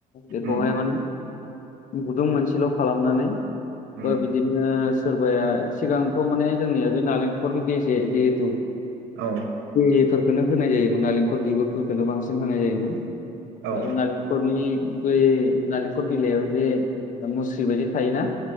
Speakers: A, on the left (about 50°); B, on the right (about 85°).
A: बेखौहाय
B: उम
A: माने गुदुं मोनसेल' खालामनानै।
B: उम
A: बा बिदिनो सोरबाया सिगांथ' माने। जोंनिया जे नालेंखरनि बेजे जेहेथु।
B: औ
A: बेजेफोरखोनो होनाय जायोमोन नालेंखल बिगुरफोरखोनो बांसिन होनाय जायो।
B: औ
A: ओ नारेंखरनि बै नारेंखल बिलाइयाव जे मुस्रि बायदि थायोना।